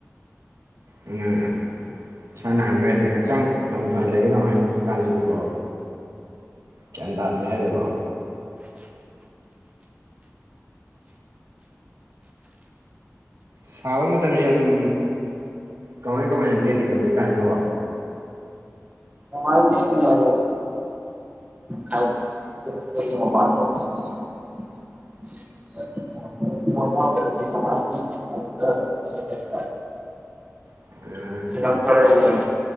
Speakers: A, on the right; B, on the right.
A: ꯑꯉꯥꯪ ꯏꯁꯥꯅ ꯍꯪꯕꯤꯔꯗꯤ ꯍꯛꯆꯥꯡ ꯐꯅ ꯐꯅ ꯂꯩꯒꯦꯗꯧꯉ ꯍꯧꯖꯤꯛꯀꯥꯟꯁꯤꯗꯤꯀꯣ ꯀꯟ ꯇꯥꯗ꯭ꯔꯦ ꯍꯥꯏꯔꯦ ꯋꯥ ꯁꯥꯕ ꯃꯇꯝꯁꯦ ꯑꯗꯨꯝ ꯀꯃꯥꯏ ꯀꯃꯥꯏꯅ ꯂꯦꯜꯂꯤꯒꯦ ꯍꯧꯖꯤꯛꯀꯥꯟꯁꯤꯦꯀꯣ
B: ꯀꯃꯥꯏ ꯂꯥꯅꯤꯜꯅꯣ ꯌꯨꯝꯗꯒꯤ ꯃꯄꯥꯅ ꯊꯣꯛꯇꯕꯤ ꯫ <unintelligible>
A: <unintelligible>
B: ꯆꯤꯗꯝꯕꯔ ꯂꯩ